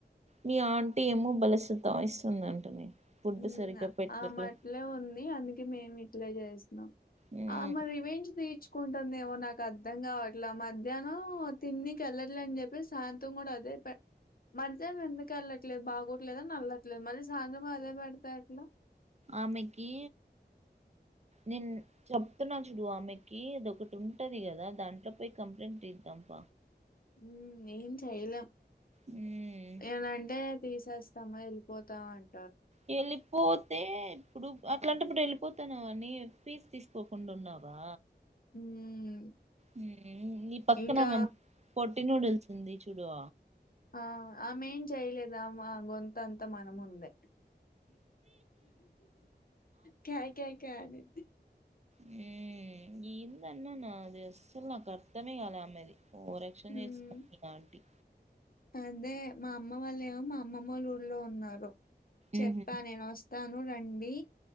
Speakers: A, on the right; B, on the left.
A: మీ ఆంటీ ఏమో బలస సతాయిస్తుందంటనే ఫుడ్
B: హ్మ్
A: సరిగ్గా పెట్టట్లే
B: ఆమట్లే ఉంది అందుకే మేము ఇట్లే చేస్ స్నమ్
A: మ్మ్
B: ఆమ రివెంజ్ తీర్చుక్ కుంటుందేమో నాకు అర్థం కావట్లా మధ్యాహ్నం తిన్నీకి వెళ్లట్లే అని చెప్పి సాయంత్రం కూడా అదే పే, మధ్యాహ్నం ఎందుకు వెళ్ళట్లేదు బాగోట్లేదని ఎల్లట్లేదు మరి సాయంత్రం అదే, పెడతెట్లా
A: ఆమెకీ నేన్ చెప్తున్నా చూడు ఆమెకి అదొకటి ఉంటది గదా దాంట్లో పోయి కంప్లైంట్ చేద్దాంప.
B: హ్మ్ ఏం చేయలెం
A: మ్మ్
B: ఏవంటే తీసేస్తమ్ వెళ్ళిపోతాం అన్
A: వెళ్ళిపోతే ఇప్పుడు అట్లాంటప్పుడు ఎల్ పోతన అని ఫీజు తీసుకోకుండున్నావా
B: హ్మ్.
A: హ్మ్ నీ పక్కన
B: ఇంకా
A: పొట్టినూడిల్సుంది చు తుడు
B: ఆ ఆమెమ్ చేయలేదు అమ అమ గొంతంతా మనముందే క్యా క్యా క్యా అని
A: హ్మ్ ఇందన్నాన అది అసల్ నాకర్తమే కాల ఆమెది ఓరక్షన్
B: హ్మ్.
A: చేసు ఆంటీ
B: అదే మా అమ్మ వాళ్ళు ఏమో మా అమ్మమ్మ వాళ్ళ ఊళ్లో ఉన్నారు చెప్పా
A: ఉహు,
B: నేను వస్తాను రండీ